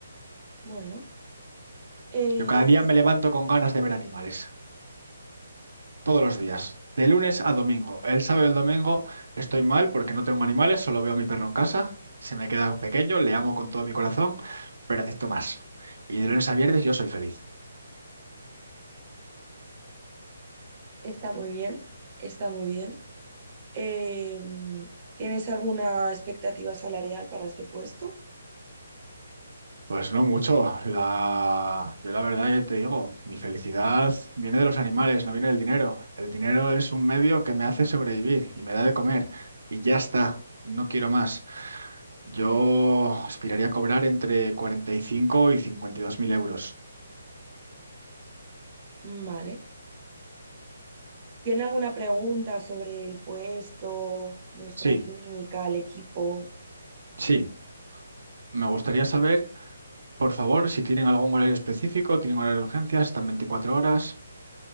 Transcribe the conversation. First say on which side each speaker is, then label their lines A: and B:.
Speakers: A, on the right; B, on the right.
A: Bueno, eh,
B: Yo cada día
A: que es-
B: me levanto con ganas de ver animales, todos los días, de lunes a domingo. El sábado y el domingo estoy mal porque no tengo animales, solo veo a mi perro en casa, se me queda pequeño, le amo con todo mi corazón, pero necesito más. Y de lunes a viernes yo soy feliz.
A: está muy bien, está muy bien. Eh, ¿tienes alguna expectativa salarial para este puesto?
B: Pues no mucho. La... Yo la verdad ya te digo, mi felicidad viene de los animales, no viene del dinero. El dinero es un medio que me hace sobrevivir y me da de comer. Y ya está, no quiero más. Yo aspiraría a cobrar entre cuarenta y cinco y y cincuenta y dos mil euros.
A: Mm, Vale. ¿Tiene alguna pregunta sobre el puesto, nuestra
B: Sí,
A: clínica, el equipo?
B: sí. Me gustaría saber, por favor, si tienen algún horario específico, tienen horario de urgencias, están 24 horas